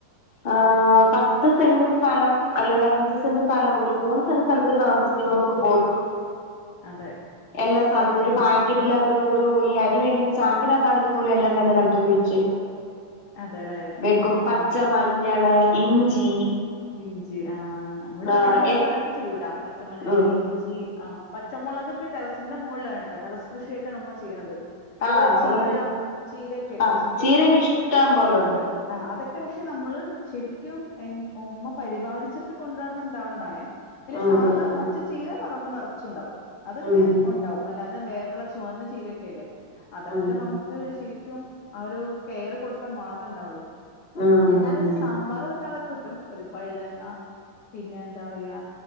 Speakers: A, on the left; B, on the left.
A: ആഹ്
B: ഉം
A: പത്ത് സെന്റ് സ്ഥലം അല്ലേ ഒരു അഞ്ച് സെന്റ് സ്ഥലം ഒരു മൂന്ന് സെന്റ് സ്ഥലത്തില് താമസിക്കുന്നവർക്ക് പോലും
B: അതെ
A: എല്ലാ
B: ഇതൊക്കെയുണ്ട്
A: സാധനവും ഒരു പാ ക്കറ്റില് അവര് ഒരു ഈ അരി മേടിക്കുന്ന ചാക്കിനകത്താണെങ്കിൽ പോലും എല്ലാം തന്നെ നട്ട് കുഴിച്ച്
B: അതെല്ലേ
A: വെക്കും
B: ആ
A: പച്ച
B: മ-
A: മഞ്ഞള് ഇഞ്ചി
B: ഇഞ്ചി ആ ഇവിടെ
A: ആഹ്
B: എന്റെ ഉമ്മ
A: എ
B: അതൊക്കെ ചെയ്യൂട്ടാ പച്ചമഞ്ഞള്
A: ഉം
B: ഇഞ്ചി ആഹ് പച്ചമുളകൊക്കെ ടെറസിന്റെ മോളിലാണ് കേട്ടോ ടെറസ് കൃഷിയായിട്ടാണ് ഉമ്മ ചെയ്യണത് അതേപോലെ
A: ആഹ്
B: ചീര
A: ഒരെ
B: ചീരയൊക്കെ ഇല്ലേ
A: ആഹ്
B: ചീര
A: ചീരയൊക്കെ
B: ഒക്കെ
A: ഇഷ്ടം പോലെ ഉണ്ട്
B: ആഹ് അതൊക്കെ പക്ഷെ നമ്മള് ശരിക്കും എ ഉമ്മ പരിപാലിച്ചിട്ട് കൊണ്ട്‌ നടന്നുണ്ടാവണതാണേ പിന്നെ
A: ഉം
B: സാധാ
A: ഉം
B: പച്ച ചീര പറമ്പ് നറച്ചും ഉണ്ടാവും അതങ്ങനെ
A: ഉം ഉം
B: ഉണ്ടാവും അല്ലാതെ വേറൊള്ള ചുവന്ന ചീരയൊക്കെ ഇല്ലേ അതൊക്കെ
A: ഉം
B: നമുക്ക് ശരിക്കും ആ ഒരു കെയർ കൊടുത്താൽ മാത്രവേ ഉണ്ടാവുള്ളൂ
A: ഉം ഉം
B: എന്നാലും ഒരു സാമ്പാർ വെക്കാനുള്ളതൊക്കെ കിട്ടും. ഒരു വഴുതനങ്ങ പിന്നെ എന്താ പറയാ